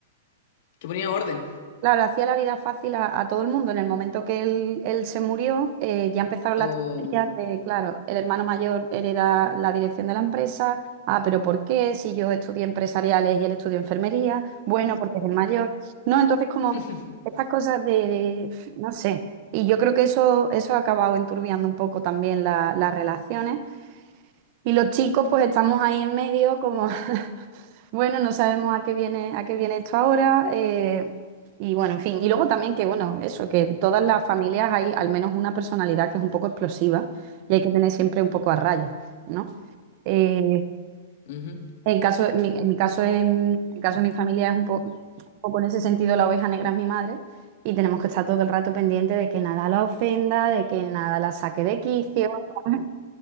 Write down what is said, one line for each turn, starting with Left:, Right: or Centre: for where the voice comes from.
Left: que ponía orden.
Right: Claro, hacía la vida fácil a, a todo el mundo. En el momento que él, él se murió, eh, ya empezaron
Left: O-
Right: las tonterías de, claro, el hermano mayor hereda la dirección de la empresa. Ah, pero ¿por qué? Si yo estudié empresariales y él estudió enfermería. Bueno, porque es el mayor. No, entonces como
Left: <laughs>
Right: estas cosas de, de, no sé. Y yo creo que eso, eso ha acabado enturbiando un poco también la- las relaciones. Y los chicos pues estamos ahí en medio como bueno, no sabemos a qué viene, a qué viene esto ahora. eh, y bueno, en fin. Y luego también que, bueno, eso, que en todas las familias hay al menos una personalidad que es un poco explosiva y hay que tener siempre un poco a raya, ¿no? Eh,
Left: Ujú.
Right: en caso, en mi, en mi caso, en, en caso de mi familia es un, po- un poco en ese sentido la oveja negra es mi madre y tenemos que estar todo el rato pendiente de que nada la ofenda, de que nada la saque de quicio. <laughs>